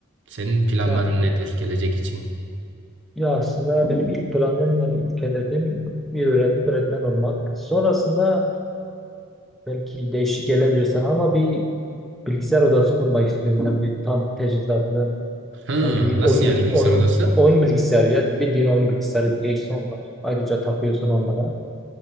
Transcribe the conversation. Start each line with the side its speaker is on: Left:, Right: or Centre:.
Right: Senin planların
Centre: ya,
Right: nedir gelecek için?
Centre: ya aslında benim ilk planım yani ilk hedefim bir öğret- öğretmen olmak. Sonrasında Belki değişik gelebilir sana ama bir bilgisayar odası kurmak istiyorum. Yani bir tam teçhizatlı.
Right: Hı,
Centre: Yani bir
Right: nasıl
Centre: oyun,
Right: yani
Centre: bil-
Right: bilgisayar
Centre: oyun,
Right: odası?
Centre: oyun bilgisayarı ya. Bildiğin oyun bilgisayarı direksiyon var. Ayrıca takıyorsun onlara.